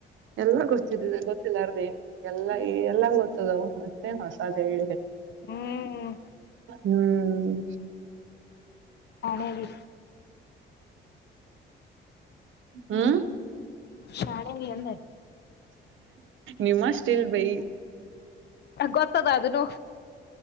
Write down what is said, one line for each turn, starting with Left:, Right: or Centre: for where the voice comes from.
Right: ಎಲ್ಲ ಗೊತ್ತಿದ ಗೊತ್ತಿಲ್ಲಾರ್ದೇ ಎಲ್ಲಾ ಎಲ್ಲ ಗೊತ್ತದಾವ ಮತ್ತೇನು ಹೊಸದ ಹೇಳಿದೆ
Left: ಹ್ಮ್
Right: ಹ್ಮ್
Left: ಹಾಣಾಗಿ
Right: ಹ್ಮ
Left: ಶಾಣೆಗೆ ಎಂದ
Right: ನಿಮ್ಮ ಸ್ಟೀಲ್ ಬೈ
Left: ಗೊತ್ತದ ಅದನು